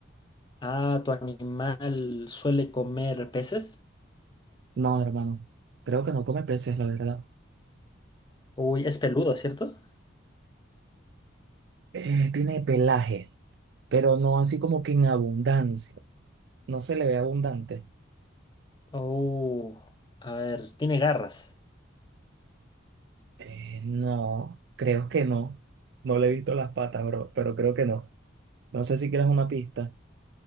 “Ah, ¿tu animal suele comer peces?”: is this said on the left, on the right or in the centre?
Left